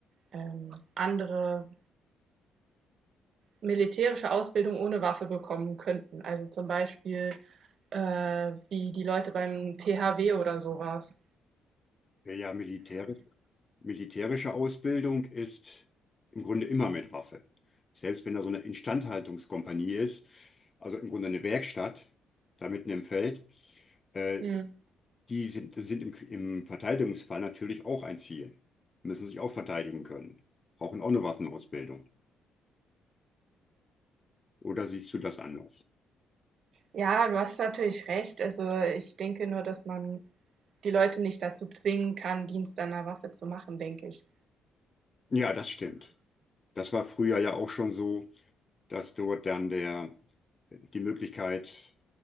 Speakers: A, on the right; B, on the left.
A: ähm, andere militärische Ausbildung ohne Waffe bekommen könnten. Also zum Beispiel äh, wie die Leute beim THW oder sowas.
B: Der ja militärisch, militärische Ausbildung ist im Grunde immer mit Waffe. Selbst wenn da so eine Instandhaltungskompanie ist, also im Grunde eine Werkstatt da mitten im Feld. Äh,
A: Mhm.
B: Die sind, sind im, im Verteidigungsfall natürlich auch ein Ziel. Müssen sich auch verteidigen können. Brauchen auch eine Waffenausbildung. Oder siehst du das anders?
A: Ja, du hast natürlich recht. Also ich denke nur, dass man die Leute nicht dazu zwingen kann, Dienst an der Waffe zu machen, denke ich.
B: Ja, das stimmt. Das war früher ja auch schon so, dass dort dann der, die Möglichkeit